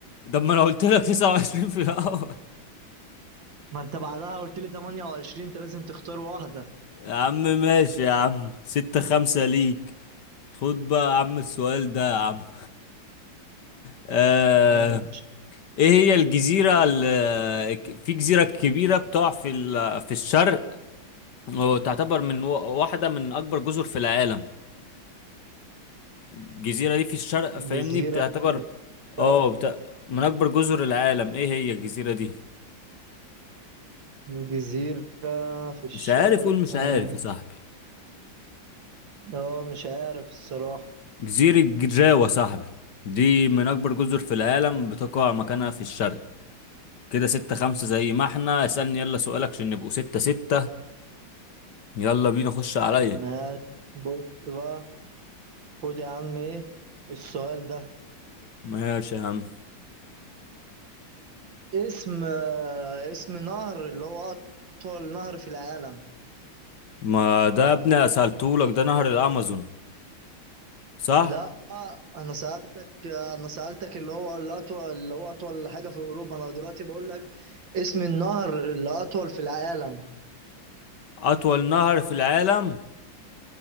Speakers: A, on the left; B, on the right.
A: طب ما أنا قلت لك تسعة وعشرين في الأول <laughs>
B: ما انت بعدها قلت لي 28 انت لازم تختار واحدة
A: يا عم ماشي يا عم ستة خمسة ليك خد بقى يا عم السؤال ده يا عم آه
B: آه،
A: إيه هي الجزيرة ال- في جزيرة كبيرة بتقع في ال- في الشرق وتعتبر من و- واحدة من أكبر جزر في العالم الجزيرة دي في الشرق فاهمني
B: جزيرة
A: بتعتبر
B: في الشرق
A: اه بت... من أكبر جزر العالم ايه هي الجزيرة دي
B: جزيرة في الشرق
A: مش عارف قول مش
B: اه
A: عارف يا صاحبي
B: آه، مش عارف الصراحة
A: جزيرة جزاوة يا صاحبي دي من أكبر جزر في العالم بتقع مكانها في الشرق كده ستة خمسة زي ما احنا اسألني يلا سؤالك عشان نبقوا ستة ستة يلا بينا خش عليا
B: ماشي بص بقى خد يا عم ايه السؤال ده
A: ماشي يا عم
B: اسم آه، اسم نهر اللي هو أطول نهر في العالم
A: ما ده يا ابني سألتهولك ده نهر الأمازون صح؟
B: لا أنا سألتك أنا سألتك اللي هو الأطول اللي هو أطول حاجة في أوروبا أنا دلوقتي بقول لك اسم النهر اللي أطول في العالم
A: أطول نهر في العالم